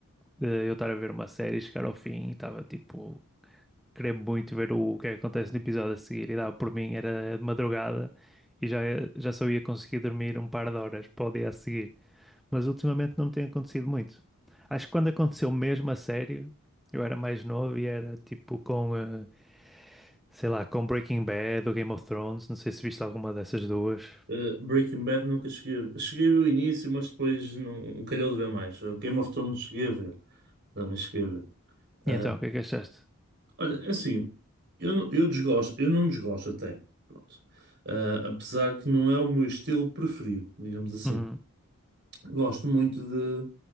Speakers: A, in the centre; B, on the right.
A: de eu estar a ver uma série, chegar ao fim e estava tipo, querer muito ver o, o que é que acontece no episódio a seguir e dava por mim, era de madrugada e já, já só ia conseguir dormir um par de horas para o dia a seguir. Mas ultimamente não me tem acontecido muito. Acho que quando aconteceu mesmo a sério, eu era mais novo e era tipo com. eh, Sei lá, com Breaking Bad ou Game of Thrones, não sei se viste alguma dessas duas.
B: Uh, Breaking Bad nunca cheguei a ver. Cheguei a ver o início, mas depois não, não calhou de ver mais. Uh, Game of Thrones cheguei a ver, também cheguei a ver. Eh,
A: E então, o que é que achaste?
B: Olha, é assim, eu, não- eu desgosto, eu não desgosto até, pronto. Ah, apesar que não é o meu estilo preferido, digamos assim.
A: Uhum,
B: Gosto muito de